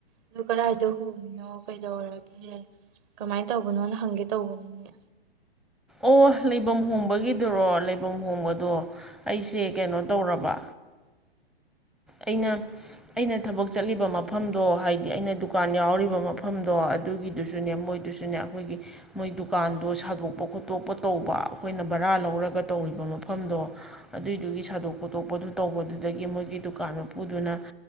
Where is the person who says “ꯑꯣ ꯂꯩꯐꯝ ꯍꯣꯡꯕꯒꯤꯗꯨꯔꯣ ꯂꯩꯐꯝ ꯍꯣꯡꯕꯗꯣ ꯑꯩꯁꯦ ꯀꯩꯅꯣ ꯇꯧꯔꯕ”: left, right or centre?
Centre